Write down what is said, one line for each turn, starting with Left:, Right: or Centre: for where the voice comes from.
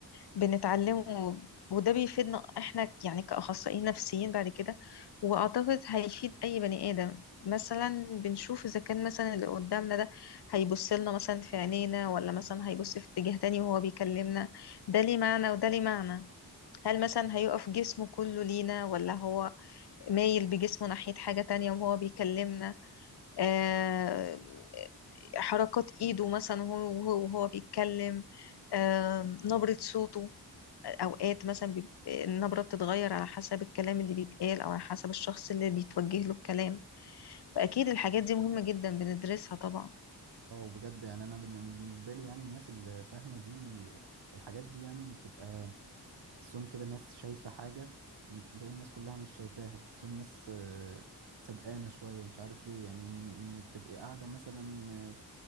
Left: بنتعلمه وده بيفيدنا احنا يعني كأخصائيين نفسيين بعد كده واعتقد هيفيد اي بني ادم مثلا بنشوف اذا كان مثلا اللي قدامنا ده هيبص لنا مثلا في عينينا ولا مثلا هيبص في اتجاه تاني وهو بيكلمنا ده ليه معنى وده ليه معنى هل مثلا هيقف جسمه كله لينا ولا هو مايل بجسمه ناحية حاجة تانية وهو بيكلمنا آه، حركات ايده مثلا وهو وهو, وهو بيتكلم آم، نبرة صوته اوقات مثلا بيب- النبرة بتتغير على حسب الكلام اللي بيتقال او على حسب الشخص اللي بيتوجه له الكلام فاكيد الحاجات دي مهمة جدا بندرسها طبعا
Right: اه بجد يعني أنا بالن- بالنسبة لي يعني الناس اللي فاهمة دي الحاجات دي يعني بتبقى بحسهم كده ناس شايفة حاجة باقي الناس كلها مش شايفاها بحسهم ناس آه، سبقانة شوية مش عارف ليه يعني إن- انك تبقي قاعدة مثلا آه،